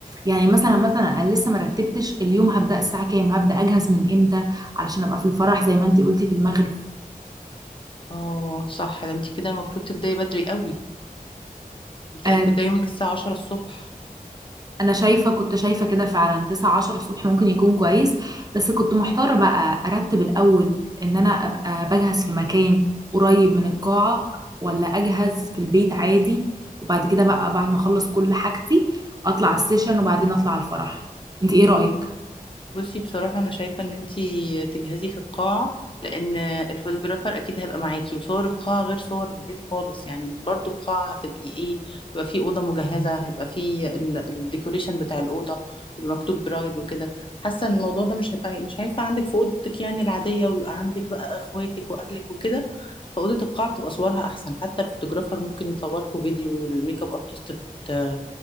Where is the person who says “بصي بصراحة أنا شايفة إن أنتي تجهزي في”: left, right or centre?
Left